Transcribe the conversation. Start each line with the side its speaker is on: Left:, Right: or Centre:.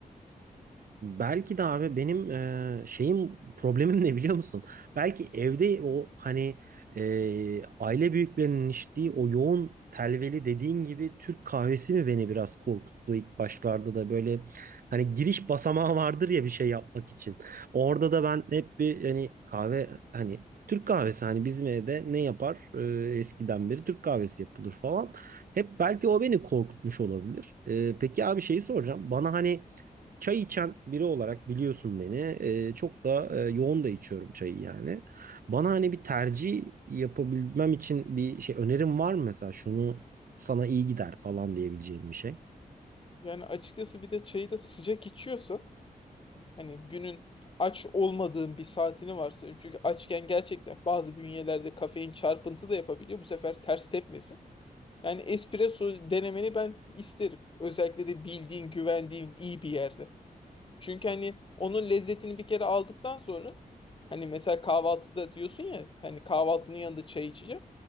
Right: Belki de abi benim e, şeyim problemim ne biliyor musun? Belki evde o hani e, aile büyüklerinin içtiği o yoğun telveli dediğin gibi Türk kahvesi mi beni biraz korkuttu ilk başlarda da böyle hani giriş basamağı vardır ya bir şey yapmak için. Orada da ben hep bir hani kahve hani Türk kahvesi hani bizim evde ne yapar? E, eskiden beri Türk kahvesi yapılır falan. Hep belki o beni korkutmuş olabilir. E, peki abi şeyi soracağım. Bana hani Çay içen biri olarak biliyorsun beni. Ee, çok da e, yoğun da içiyorum çayı yani. Bana hani bir tercih yapabilmem için bir şey önerim var mı mesela şunu sana iyi gider falan diyebileceğim bir şey.
Left: Yani açıkçası bir de çayı da sıcak içiyorsa hani günün aç olmadığın bir saatini varsa çünkü açken gerçekten bazı bünyelerde kafein çarpıntı da yapabiliyor. Bu sefer ters tepmesin. Yani espresso denemeni ben isterim. Özellikle de bildiğin, güvendiğin iyi bir yerde. Çünkü hani onun lezzetini bir kere aldıktan sonra hani mesela kahvaltıda diyorsun ya hani kahvaltının yanında çay içeceğim.